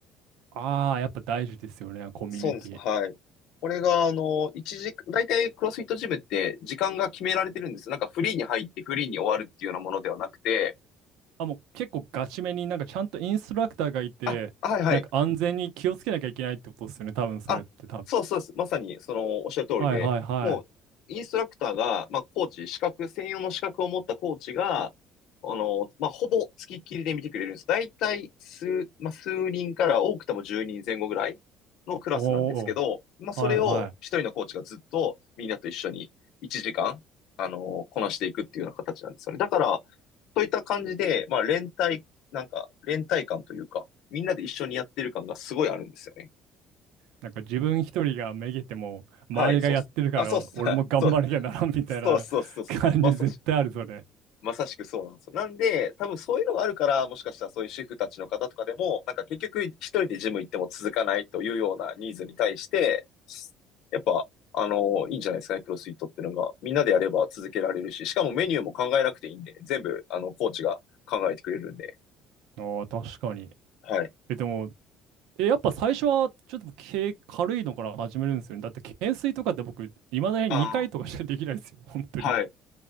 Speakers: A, on the right; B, on the left.
A: ああ、やっぱ大事ですよね、コミュニティ。
B: そうです。はい。これが、あの、一時、大体クロスフィットジムって時間が決められてるんですよ。なんかフリーに入ってフリーに終わるっていうようなものではなくて、
A: あ、もう結構ガチめになんかちゃんとインストラクターがいて、
B: あ、はいはい。
A: なんか安全に気をつけなきゃいけないってことですよね、多分それって多分。
B: あ、そうそうです。まさに、その、おっしゃる通りで、
A: はいはいはい。
B: もう、インストラクターが、まあ、コーチ、資格、専用の資格を持ったコーチが、あの、まあ、ほぼ付きっきりで見てくれるんです。だいたい数、まあ、数人から多くても10人前後ぐらいのクラスなんですけど、
A: おお、
B: まあ、
A: はいはい。
B: それを一人のコーチがずっとみんなと一緒に1時間、あの、こなしていくっていうような形なんですよね。だから、そういった感じで、まあ、連帯、なんか、連帯感というか、みんなで一緒にやってる感がすごいあるんですよね。
A: なんか自分一人がめげても、周りがやってるから俺も頑張らなきゃならんみたいな
B: はい、そうっす。あ、そうっす。<laughs> そう、そうそうそうそう。
A: <laughs> 感じ絶対ある、
B: まさし、
A: それ。
B: まさしくそうなんですよ。なんで、多分そういうのがあるから、もしかしたらそういう主婦たちの方とかでも、なんか結局一人でジム行っても続かないというようなニーズに対して、やっぱ、あの、いいんじゃないですかね、クロスフィットっていうのが。みんなでやれば続けられるし、しかもメニューも考えなくていいんで、全部、あの、コーチが考えてくれるんで。
A: ああ、確かに。
B: はい。
A: え、でも、え、やっぱ最初はちょっと軽、軽いのから始めるんですよね。だって懸垂とかって僕、いまだに2回とかしかできないですよ。
B: あ
A: <laughs> 本当に。
B: あ、はい。